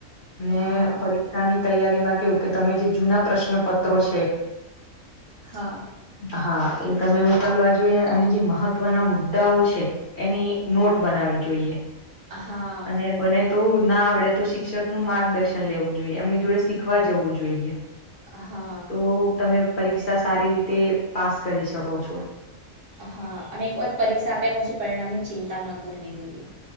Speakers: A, on the left; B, on the right.
A: અને
B: હા
A: પરીક્ષાની તૈયારી કેવું કે તમે જે જૂના પ્રશ્ન પત્રો છે
B: હા
A: હા એ તમે ઉ કાલવા જોયે, અને જે મહત્વના મુદ્દાઓ છે. એની નોટ બનાવી જોઈએ.
B: હા.
A: અને બને તો ના આવડે તો શિક્ષકનું માર્ગદર્શન લેવું જોઈએ એમની જોડે શીખવા જવું જોઈએ.
B: હા
A: તો તમે પરીક્ષા સારી રીતે પાસ કરી શકો છો.
B: હા અને એક વાર પરીક્ષા આપ્યા પછી પરિણામની ચિંતા ન કરવી જોઈએ.